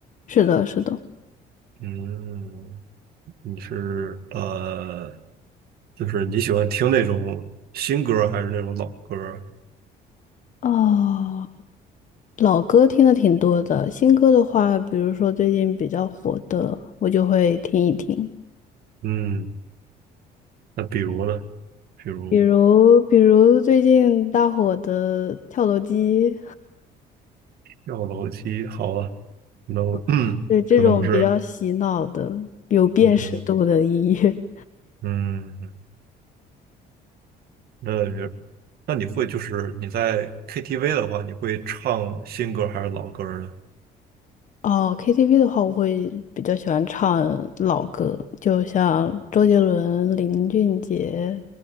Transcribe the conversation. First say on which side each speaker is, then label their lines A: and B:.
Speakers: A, on the left; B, on the right.
A: 是的，是的。
B: 嗯，你是呃，就是你喜欢听那种新歌还是那种老歌？
A: 哦，老歌听的挺多的，新歌的话，比如说最近比较火的，我就会听一听。
B: 嗯，那比如呢？比如
A: 比如，比如最近大火的《跳楼机》，
B: 跳楼机，好啊，no，<clears throat>
A: <laughs> 对这种比较洗脑的、
B: 可能不是，
A: 有辨识度的音乐。
B: 嗯。嗯，那也那你会就是你在 KTV 的话，你会唱新歌还是老歌呢？
A: 哦，KTV 的话，我会比较喜欢唱老歌，就像周杰伦、林俊杰，